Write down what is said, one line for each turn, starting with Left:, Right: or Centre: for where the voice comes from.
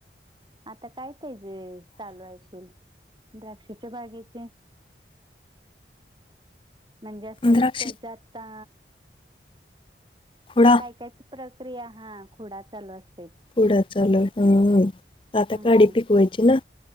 Right: आता काय त्याजे चालू आहे अशील द्राक्षच्या बागेचे. म्हणजे असं
Left: द्राक्ष
Right: त्याचे आता
Left: खुळा.
Right: काय कायच ती प्रक्रिया हा खुडा चालू असतो.
Left: खुडा चालू हा आता
Right: हा
Left: काडी
Right: हा
Left: पिकवायची ना.